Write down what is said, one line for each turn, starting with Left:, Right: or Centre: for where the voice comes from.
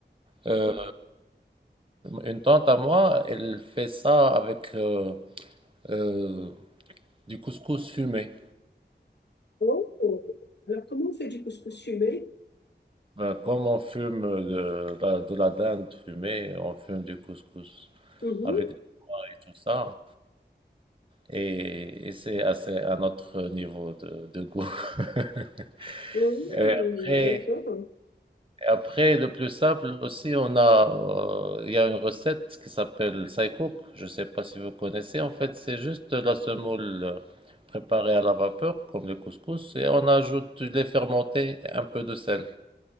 Right: Euh, une tante à moi, elle fait ça avec euh, euh, du couscous fumé.
Left: Oh. Alors, comment on fait du couscous fumé?
Right: Ben, comme on fume de la, de la dinde fumée, on fume du couscous
Left: Mhm.
Right: avec tout ça. Et, et c'est assez un autre niveau de, de goût. <laughs>
Left: Oh,
Right: Et après,
Left: d'accord.
Right: et après, le plus simple aussi, on a, euh, il y a une recette qui s'appelle Saïkouk. Je ne sais pas si vous connaissez. En fait, c'est juste de la semoule euh, préparée à la vapeur, comme le couscous, et on ajoute du lait fermenté et un peu de sel.